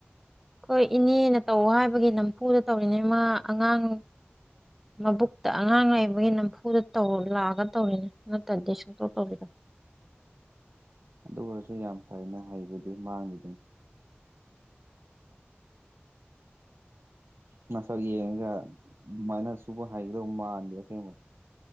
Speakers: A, in the centre; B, on the right (about 85°).
A: ꯑꯩꯈꯣꯏ ꯏꯅꯦꯅ ꯇꯧ ꯍꯥꯏꯕꯒꯤ ꯅꯝꯐꯨꯗ ꯇꯧꯔꯤꯅꯦ ꯃ ꯑꯉꯥꯡ ꯃꯕꯨꯛꯇ ꯑꯉꯥꯡ ꯂꯩꯕꯒꯤ ꯅꯝꯐꯨꯗ ꯇꯧ ꯂꯥꯛꯑꯒ ꯇꯧꯔꯤꯅꯦ ꯅꯠꯇ꯭ꯔꯗꯤ ꯁꯨꯡꯇꯧ ꯇꯧꯕꯤꯔꯣꯏ
B: ꯑꯗꯨ ꯑꯣꯏꯔꯁꯨ ꯌꯥꯝ ꯐꯩꯅꯦ ꯍꯩꯕꯗꯤ ꯃꯥꯡꯗꯤꯗꯨꯅꯤ ꯅꯁꯛ ꯌꯦꯡꯉꯒ ꯑꯗꯨꯃꯥꯏꯅ ꯁꯨꯕ ꯍꯥꯏꯒꯗꯧꯕ ꯃꯥꯟꯗꯦ ꯑꯁꯦꯡꯕ